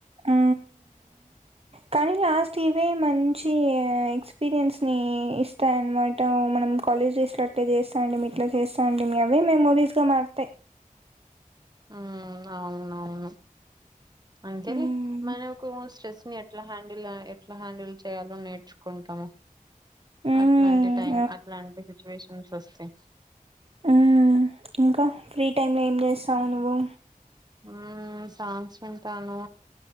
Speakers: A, on the right (about 45°); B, on the right (about 30°).
A: అ కానీ లాస్ట్ ఇవే మంచి ఎక్స్పీరియన్స్ని ఇస్తాయన్నమాట మనం కాలేజ్ డేస్లో అట్లే చేస్తా అండి మీ ఇట్లా చేస్తామండి మీ అవే మెమోరీస్గా మారుతాయి
B: ఊ అవునవును అంకెలె
A: మ్మ్
B: మనకు స్ట్రెస్ ని ఎట్లా హ్యాండిల్ ఆ ఎట్లా హ్యాండిల్ చేయాలో నేర్చుకుంటాము
A: మ్మ్
B: అట్లాంటి టైం అట్లాంటి సిచ్యువేషన్స్ సస్తే
A: ఊ ఇంకా ఫ్రీ టైమ్ లో ఏం జేస్తావు నువ్వు
B: ఊం సాంగ్స్ వింటాను